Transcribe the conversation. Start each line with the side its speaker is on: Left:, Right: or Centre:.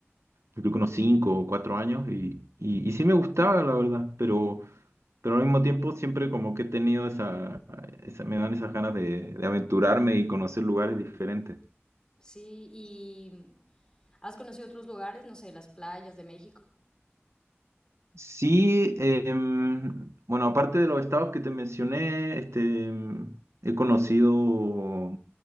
Right: yo creo que unos cinco o cuatro años y, y, y sí me gustaba, la verdad, pero, pero al mismo tiempo siempre como que he tenido esa, esa me dan esas ganas de, de aventurarme y conocer lugares diferentes.
Left: Sí, y ¿has conocido otros lugares? No sé, las playas de México.
Right: Sí, em, bueno, aparte de los estados que te mencioné, este, em, he conocido